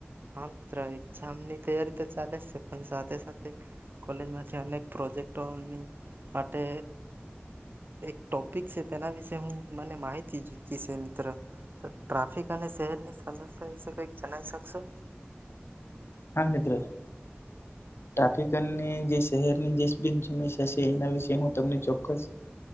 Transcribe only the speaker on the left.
હા મિત્ર. ટ્રાફિક અને જે શહેરની જે બિ સમસ્યા છે એના વિશે હું તમને ચોક્કસત